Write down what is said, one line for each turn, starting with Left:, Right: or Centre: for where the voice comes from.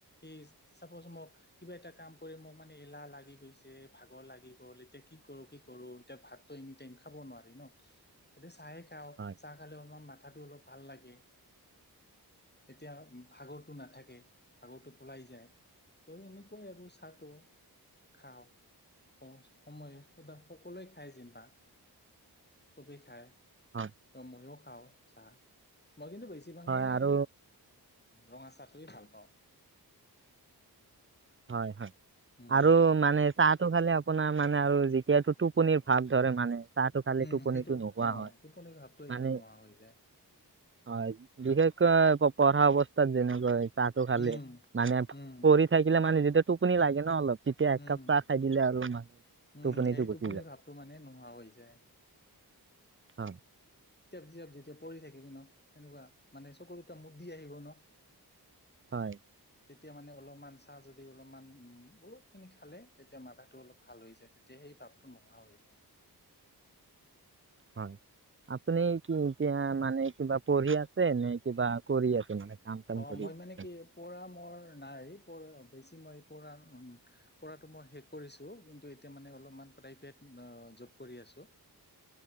Left: এই চাপজ মোক কিবা এটা কাম কৰি মোক মানে এলাহ লাগি গৈছে ভাগৰ লাগি গ'ল এতিয়া কি কৰো কি কৰো এতিয়া ভাতটো এনি টাইম খাব নোৱাৰি ন এতিয়া চাই তাও
Right: হয়
Left: চাহ খালে অলপমান মাথাটো অলপ ভাল লাগে। এতিয়া ভাগৰটো নাথাকে ভাগৰটো পলাই যায়। ত এনেকুৱাই আৰু চাহটো খাওঁ ক সময় সদা সকলোৱে খায় জিম্বা চবেই খায়।
Right: হয়
Left: ত ময়ো খাও চাহ। মই কিন্তু বেছিভাগ
Right: হয়
Left: মানে
Right: আৰু
Left: এই ৰঙা চাহটোৱেই ভাল পাওঁ।
Right: হয় হয়
Left: উম
Right: আৰু মানে চাহটো খালে আপোনাৰ মানে আৰু যেতিয়াটো টোপনিৰ ভাৱ ধৰে মানে। চাহটো খালে
Left: উম
Right: টোপনিটো
Left: সেইটো
Right: নোহোৱা
Left: অ
Right: হয়
Left: টোপনি ভাৱটো এইটো
Right: মানে
Left: নোহোৱা হৈ যায়।
Right: হয় বিশেষকৈ পঢ়া অৱস্থাত যেনেকৈ তাতো খালি
Left: উম
Right: মানে
Left: উম
Right: পঢ়ি থাকিলে মানে যেতিয়া টোপনি লাগে ন অলপ তেতিয়া একাপ
Left: উম
Right: চাহ খাই দিলে আৰু মানে
Left: উম
Right: টোপনিটো
Left: এই টোপনি
Right: গুচি যায়
Left: ভাৱটো মানে নোহোৱা হৈ যায়।
Right: হ।
Left: তিয়াপ জিয়াপ যেতিয়া পঢ়ি থাকিবি ন সেনেকুৱা মানে চকু দুটা মুদি আহিব ন
Right: হয়।
Left: তেতিয়া মানে অলপমান চাহ যদি অলপমান অলপখিনি খালে তেতিয়া মাথাটো অলপ ভাল হৈ যায় তেতিয়া সেই সেই ভাপটো নোহোৱা হৈ যায়।
Right: হয়। আপুনি কি এতিয়া মানে কিবা পঢ়ি আছে নে কিবা কৰি আছে মানে কাম চাম
Left: অ
Right: কৰি
Left: মই মানে
Right: আছে?
Left: কি পৰা মোৰ নাই। পঢ়া বেছি মই পঢ়া অ, পঢ়াটো মই শেষ কৰিছোঁ কিন্তু এতিয়া মানে অলপমান প্ৰাইভেট জব কৰি আছো